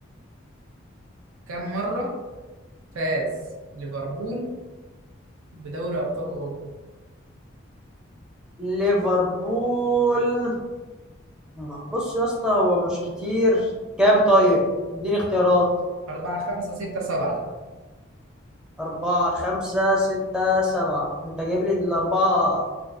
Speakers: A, on the right (about 85°); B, in the centre.
A: كم مرة فاز ليفربول بدوري أبطال أوروبا
B: ليفربول ما- بص يا اسطى هو مش كتير كام طيب اديني اختيارات
A: أربعة خمسة ستة سبعة
B: أربعة خمسة ستة سبعة أنت جايب لي الأربعة